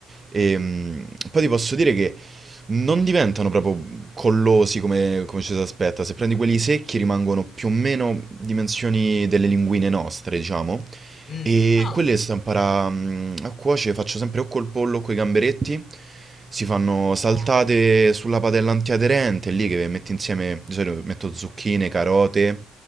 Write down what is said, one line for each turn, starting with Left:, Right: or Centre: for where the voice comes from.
Right: E,
Left: Mh-mh.
Right: mh, poi ti posso dire che non diventano proprio collosi come, come ci si aspetta. Se prendi quelli secchi rimangono più o meno dimensioni delle linguine nostre, diciamo.
Left: Mh,
Right: E
Left: ah,
Right: quelle stampara mh, a cuoce faccio sempre o col pollo o coi gamberetti. Si fanno
Left: buoni.
Right: saltate sulla padella antiaderente, lì che metti insieme, di solito metto zucchine, carote